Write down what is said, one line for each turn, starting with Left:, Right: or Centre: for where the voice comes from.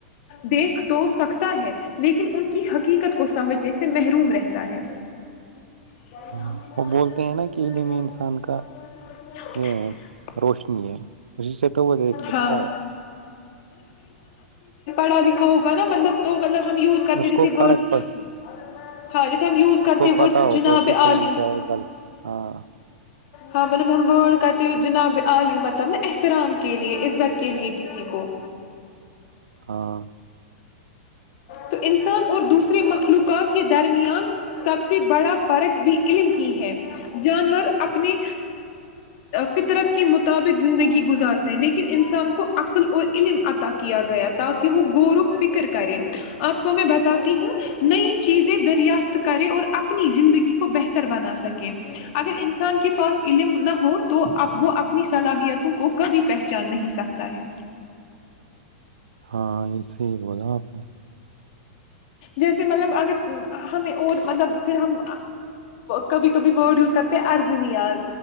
Left: دیکھ تو سکتا ہے لیکن ان کی حقیقت کو سمجھنے سے محروم رہتا ہے <inaudible>
Right: ہاں وہ بولتے ہیں نا کہ علم انسان کا یہ ہے روشنی ہے اسی سے تو وہ دیکھ سکتا
Left: ہاں
Right: ہے
Left: پڑ لکھا ہوگا مطلب تو مطلب ہم یوز کرتے
Right: اس
Left: جیسے
Right: کو
Left: ورڈس
Right: فرق پ
Left: ہاں جیسے ہم یوز کرتے
Right: اس کو پتا
Left: ورڈس
Right: ہوگا
Left: جناب
Right: کہ صحیح
Left: عال
Right: کیا ہے غلط ہاں
Left: ہاں مطلب ڈ ہمب کرتی ہو جناب علی مطلب نا احترام کے لیے عزت کے لیے کسی کو
Right: ہاں
Left: تو انسان اور دوسرے مخلوقات کے درمیان سب سے بڑا فرق بھی علم ہی ہے جانور اپنے فطرت کے مطابق زندگی گزارتے ہیں لیکن انسان کو عقل اور علم عطا کیا گیا تاکہ وہ غور و فکر کرے آپ کو میں بتاتی ہوں نئی چیزیں دریافت کرے اور اپنی زندگی کو بہتر بنا سکے اگر انسان کے پاس علم نہ ہو تو وہ اپنی صلاحیتوں کو کبھی پہچان نہیں سکتا ہے
Right: ہاں اسی ہی بولا آپ نے
Left: جیسے مطلب اگر ہمیں اور مطلب پھر ہم کبھی کبھی ورڈ یوز کرتے ہیں ارضنیاز